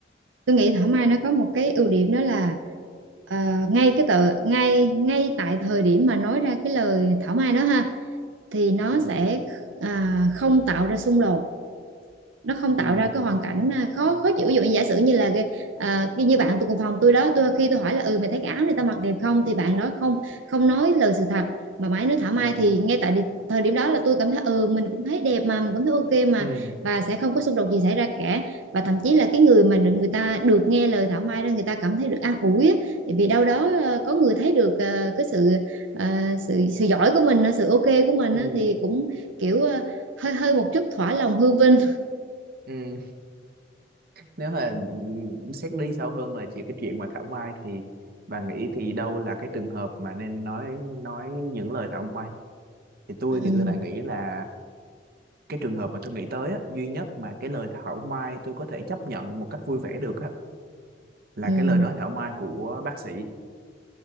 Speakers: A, on the right; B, on the right.
A: tôi nghĩ thảo mai nó có một cái ưu điểm đó là ờ, ngay cái tờ ngay ngay tại thời điểm mà nói ra cái lời thảo mai đó ha thì nó
B: ừ
A: sẽ à, không tạo ra xung đột nó không tạo
B: ừ
A: ra cái hoàn cảnh à, khó khó chịu ví dụ như giả sử như là à, như bạn tôi cùng phòng tôi đó tôi khi tôi hỏi là ừ mày thấy cái áo này tao mặc đẹp không thì bạn đó không không nói lời sự thật mà mãi nói thảo mai
B: ừ
A: thì ngay tại điểm, thời điểm đó là tôi cảm thấy ừ mình cũng thấy đẹp mà mình cũng thấy ok mà
B: ừ
A: và sẽ không có xung đột gì xảy ra cả và thậm chí là cái người mà được người ta được nghe lời thảo mai đó người ta cảm thấy được an ủi á. vì đâu đó ờ, có người thấy được ờ, cái sự ờ, sự sự giỏi của mình sự ok của mình
B: ừ
A: á, thì cũng kiểu ờ, hơi hơi một chút thỏa lòng hư vinh
B: ừ nếu mà xét đi sâu hơn là chỉ cái chuyện mà thảo mai thì bà nghĩ thì đâu là cái trường hợp mà nên nói nói những lời thảo mai thì tôi
A: ừ
B: thì tôi lại nghĩ là cái trường hợp mà tôi nghĩ tới á, duy nhất mà cái lời thảo mai tôi có thể chấp nhận một cách vui vẻ được á, là
A: ừ
B: cái lời nói thảo mai của bác sĩ